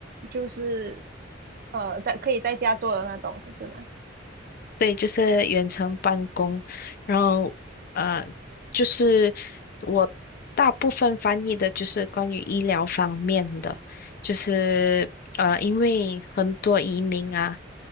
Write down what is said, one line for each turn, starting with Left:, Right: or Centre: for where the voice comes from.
Right: 就是呃在可以在家做的那种，是吗？
Left: 对，就是远程办公，然后呃，就是我大部分翻译的就是关于医疗方面的，就是呃，因为很多移民啊，